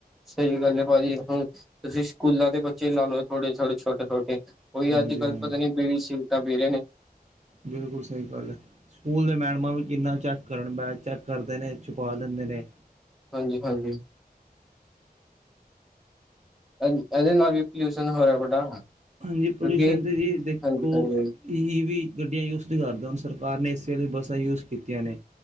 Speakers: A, in the centre; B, on the right.
A: ਸਹੀ ਗੱਲ ਐ ਭਾਜੀ, ਹੁਣ ਤੁਸੀਂ ਸਕੂਲਾਂ ਦੇ ਬੱਚੇ ਲਾ ਲੋ, ਥੋੜੇ- ਥੋੜੇ, ਛੋਟੇ-ਛੋਟੇ ਉਹੀ
B: ਹਾਂਜੀ
A: ਅੱਜ-ਕੱਲ
B: ਹਾਂ
A: ਪਤਾ ਨੀ ਬੀੜੀ ਸੀਰਗਟਾਂ ਪੀ ਰਹੇ ਨੇ।
B: ਬਿਲਕੁਲ ਸਹੀ ਗੱਲ ਐ, ਸਕੂਲ ਦੇ ਮੈਡਮਾਂ ਵੀ ਕਿੰਨਾ ਚੱਕ ਕਰਨ ਬੈ ਚੈੱਕ ਕਰਦੇ ਨੇ, ਛੁਪਾ ਲੈਂਦੇ ਨੇ।
A: ਹਾਂਜੀ-ਹਾਂਜੀ। ਇਹਦੇ ਨਾਲ ਵੀ ਪੋਲਿਊਸ਼ਨ ਹੋਰ ਰਿਹਾ ਵੱਡਾ।
B: ਹਾਂਜੀ,
A: ਕਿਉਂਕਿ
B: ਪੋਲਿਊਸ਼ਨ ਤੇ ਜੀ ਦੇਖੋ
A: ਹਾਂਜੀ ਹਾਂਜੀ ਹਾਂਜੀ
B: ਈ ਵੀ ਗੱਡੀਆਂ ਯੂਜ ਨਹੀਂ ਕਰਦੇ, ਹੁਣ ਸਰਕਾਰ ਨੇ ਏ ਸੀ ਵਾਲੀ ਬੱਸਾਂ ਯੂਜ ਕੀਤੀਆਂ ਨੇ।